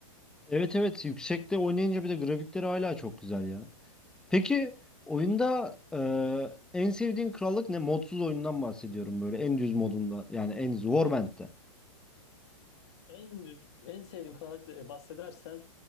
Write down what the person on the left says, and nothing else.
En düz, en sevdiğim kanalda e, bahsedersen